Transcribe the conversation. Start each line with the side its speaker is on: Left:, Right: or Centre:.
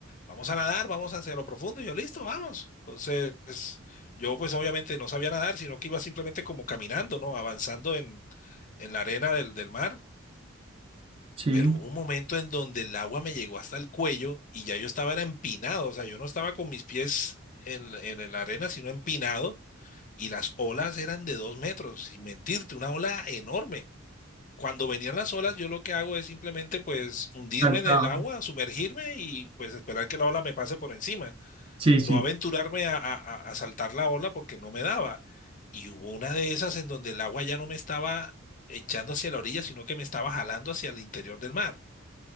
Left: Vamos a nadar, vamos hacia lo profundo. Y yo, listo, vamos. Entonces, yo pues obviamente no sabía nadar, sino que iba simplemente como caminando, ¿no? Avanzando en, en la arena del, del mar.
Right: sí,
Left: Pero hubo un momento en donde el agua me llegó hasta el cuello y ya yo estaba era empinado, o sea, yo no estaba con mis pies en, en la arena, sino empinado y las olas eran de dos metros, sin mentirte, una ola enorme. Cuando venían las olas, yo lo que hago es simplemente pues hundirme
Right: saltaba.
Left: en el agua, sumergirme y pues esperar que la ola me pase por encima.
Right: Sí,
Left: No
Right: sí.
Left: aventurarme a, a- a- a saltar la ola porque no me daba. Y hubo una de esas en donde el agua ya no me estaba echando hacia la orilla, sino que me estaba jalando hacia el interior del mar.